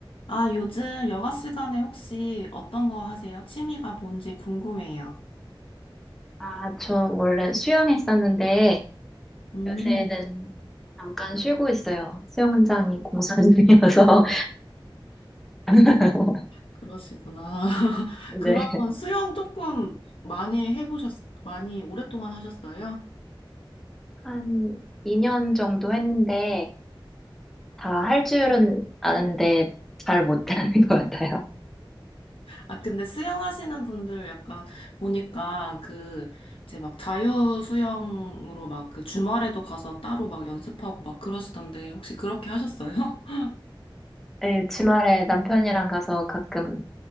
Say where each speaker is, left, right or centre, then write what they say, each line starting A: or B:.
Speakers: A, on the left; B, in the centre.
A: 아, 요즘 여가 시간에 혹시 어떤 거 하세요? 취미가 뭔지 궁금해요.
B: 아, 저 원래 수영했었는데
A: 음,
B: 요새는 잠깐 쉬고 있어요. 수영장이 공사 중이어서 <laughs>
A: 그러시구나. <laughs>
B: 네.
A: 그럼 수영 조금 많이 해보셨, 많이 오랫동안 하셨어요?
B: 한 2년 정도 했는데 다 할 줄은 아는데 잘 못하는 것 같아요.
A: 아, 근데 수영하시는 분들 약간 보니까 그, 이제 막 자유 수영으로 막 그 주말에도 가서 따로 막 연습하고 막 그러시던데 혹시 그렇게 하셨어요? <laughs>
B: 네, 주말에 남편이랑 가서 가끔